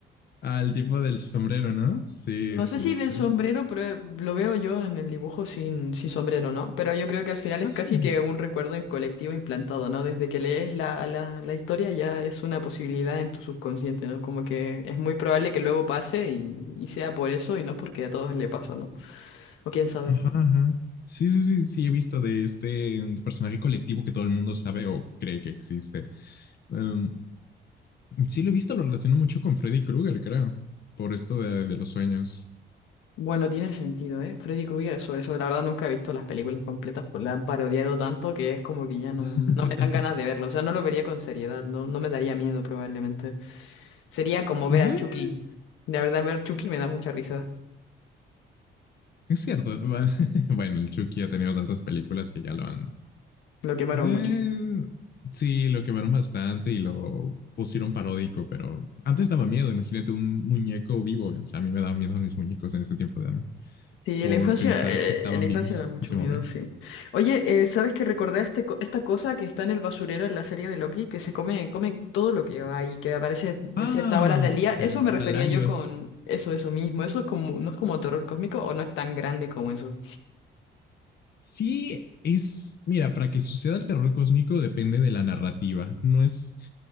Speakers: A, on the left; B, on the left.
A: al tipo del sombrero, ¿no? Sí,
B: No
A: sí,
B: sé si
A: sí.
B: del sombrero, pero eh, lo veo yo en el dibujo sin, sin sombrero, ¿no? Pero yo creo que al final es
A: Ah,
B: casi
A: sí.
B: que un recuerdo in- colectivo implantado, ¿no? Desde que lees la, la, la historia ya es una posibilidad en tu subconsciente, ¿no? Como que es muy probable que luego pase y, y sea por eso y no porque a todos le pasa, ¿no? O quién sabe.
A: Ajá, ajá. Sí, sí, sí, sí, he visto de este mm, personaje colectivo que todo el mundo sabe o cree que existe. Em, sí, lo he visto, lo relaciono mucho con Freddy Krueger, creo, por esto de, de los sueños.
B: Bueno, tiene sentido, ¿eh? Freddy Krueger sobre eso. La verdad nunca he visto las películas completas, pues la han parodiado tanto que es como que ya no,
A: <laughs>
B: no me dan ganas de verlo. O sea, no lo vería con seriedad, no, no me daría miedo probablemente. Sería como
A: Yeah,
B: ver a Chucky. La verdad, ver Chucky me da mucha risa.
A: es cierto. Va- <laughs> Bueno, el Chucky ha tenido tantas películas que ya lo han...
B: Lo quemaron
A: eh,
B: mucho.
A: sí, lo quemaron bastante y lo pusieron paródico, pero antes daba miedo. Imagínate un muñeco vivo. O sea, a mí me daban miedo mis muñecos en ese tiempo de mí
B: Sí,
A: por
B: la infancia,
A: pensar
B: eh,
A: que estaban
B: en la infancia
A: vivos
B: da mucho
A: y se
B: miedo,
A: movían.
B: sí. Oye, eh, ¿sabes que recordé este, co- esta cosa que está en el basurero en la serie de Loki? Que se come, come todo lo que va y que aparece de
A: Ah,
B: ciertas horas del día. Eso
A: eh,
B: me refería
A: Dalayot.
B: yo con eso, eso mismo. Eso es como, no es como terror cósmico o no es tan grande como eso.
A: Sí, es, mira, para que suceda el terror cósmico depende de la narrativa. No es,